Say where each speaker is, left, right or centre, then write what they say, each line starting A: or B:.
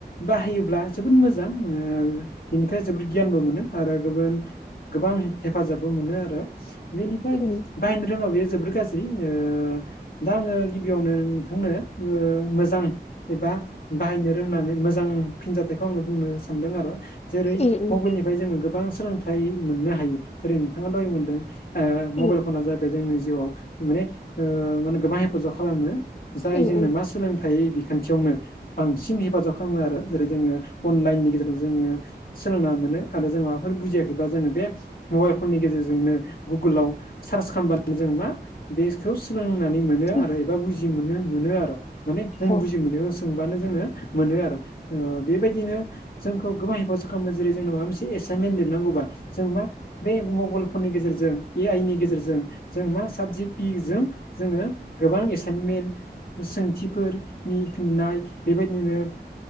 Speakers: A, on the left; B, on the left.
A: बाहायोब्ला जोबोद मोजां ओ बेनिफ्राय जोबोद गियानबो मोनो आरो गोबोन गोबां हेफाजाबबो मोनो आरो बेनिफ्राय
B: उम
A: बाहायनो रोङाब्ला बे जोबोद गाज्रि ओ दा आङो गिबियावनो नोंथांनो ओ मोजां एबा बाहायनो रोंनानै मोजां फिनजाथाइखौ आङो बुंनो सानदों आरो जेरै
B: उम
A: मबेलनि फाय जोङो गोबां सोलोंथाइ मोननो हायो जेरै नोंथाङा दहाय मोनदों मबाइल
B: उम
A: फना जाबाय जोंनि जिउआव माने मा होनो गोबां हेफाजाब खालामो जाय
B: उम
A: जोंनो मास सोलोंथाइ बिखान्थियावनो बांसिन हेफाजाब खालामो आरो जेरै जोङो अनलायेननि गेजेरजों जोङो सोलोंना मोनो आरो जों माबाफोर बुजियाखैबा जोङो बे मबाइल फननि गेजेरजोंनो गुगलाव सार्च खामबान जों मा बेखौ सोलोंनानै मोनो
B: उम
A: आरो एबा बुजि मोननो मोनो आरो माने जों
B: औ
A: बुजि मोनो सोंबानो जोङो मोनो आरो ओ बेबायदिनो जोंखौ गोबां हेफाज खालामबाय जेरै जोंनो माबा मोनसे एसाइनमेन्ट लिरनांगौबा जों मा बे मबाइल फननि गेजेरजों ए आइ नि गेजेरजों जों मा साबजि पिजों जोङो गोबां एसाइनमेन्ट सोंथिफोरनि फिननाय बेबायदिनो